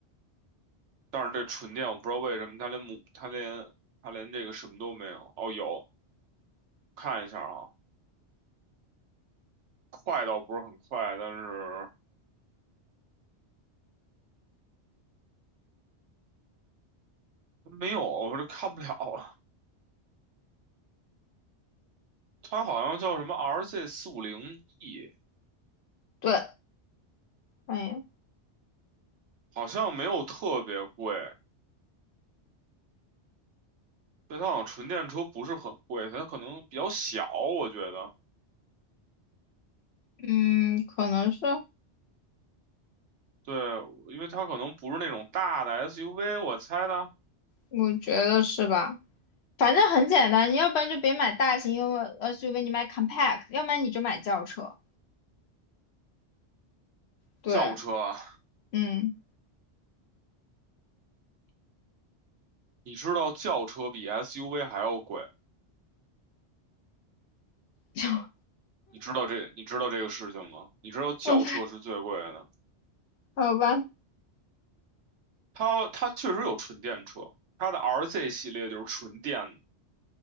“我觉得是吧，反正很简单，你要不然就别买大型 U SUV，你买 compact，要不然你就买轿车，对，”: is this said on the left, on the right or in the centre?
Left